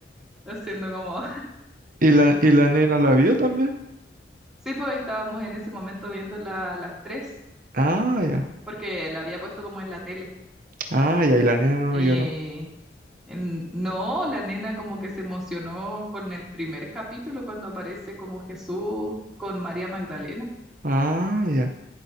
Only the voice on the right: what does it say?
¿Y la, y la nena la vio también?
Ah, ya.
Ah, ya, y la nena no
lloró.
Ah, ya.